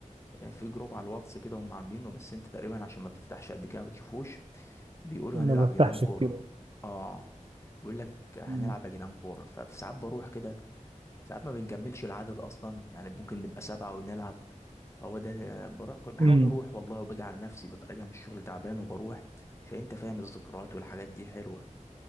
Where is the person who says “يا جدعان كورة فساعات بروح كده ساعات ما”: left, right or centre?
Left